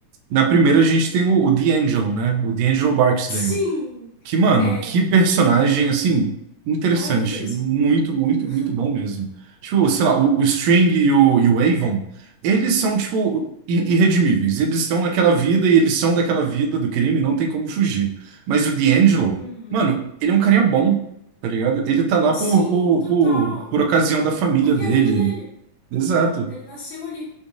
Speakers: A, on the right; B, on the left.
A: na primeira a gente tem o, o D'Angelo, né? O D'Angelo Barksdale.
B: Sim!
A: Que, mano,
B: É
A: que personagem, assim, interessante.
B: maravilhoso.
A: Muito, muito,
B: <laughs>
A: muito bom mesmo. Tipo, sei lá, o, o String e o, e o Avon, eles são, tipo, i- irredimíveis. Eles estão naquela vida e eles são daquela vida do crime, não tem como fugir. Mas o D'Angelo,
B: Uhum.
A: mano, ele é um carinha bom, tá ligado? Ele tá lá
B: Sim,
A: por, por,
B: total.
A: por, por ocasião da família
B: Porque
A: dele.
B: é a vida dele.
A: Exato.
B: Ah, ele nasceu ali.